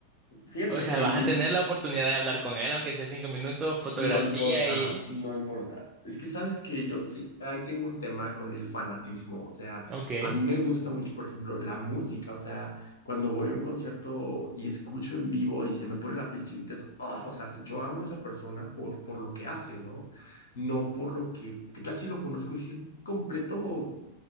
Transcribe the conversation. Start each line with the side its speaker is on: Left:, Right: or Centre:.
Left: fíjate
Right: O
Left: que
Right: sea, vas
Left: en mi
Right: a tener la oportunidad de hablar con él, aunque sea cinco minutos, fotografía
Left: No importa,
Right: y...
Left: no importa. Es que sabes que yo fi- ahí tengo un tema con el fanatismo, o sea,
Right: Ok.
Left: a mí me gusta mucho, por ejemplo, la música, o sea, cuando voy a un concierto y escucho en vivo y se me pone la piel chinita, es, "Ah", o sea, yo amo a esa persona por, por lo que hace, ¿no? No por lo que, ¿qué tal si lo conozco y es un completo